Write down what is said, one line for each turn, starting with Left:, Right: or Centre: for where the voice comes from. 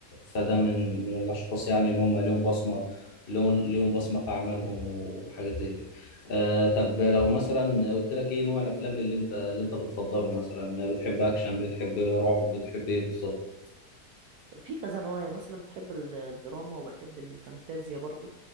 Left: فده من من الأشخاص يعني اللي هم ليهم بصمة ليهم ليهم بصمة في أعمالهم وحاجات زي كده آه طب لو مثلا قلت لك إيه نوع الأفلام اللي أنت اللي أنت بتفضله مثلا بتحب أكشن بتحب رعب بتحب إيه بالظبط
Right: في كذا نوع يعني مثلا بحب ال- الدراما وبحب الفانتازيا برضو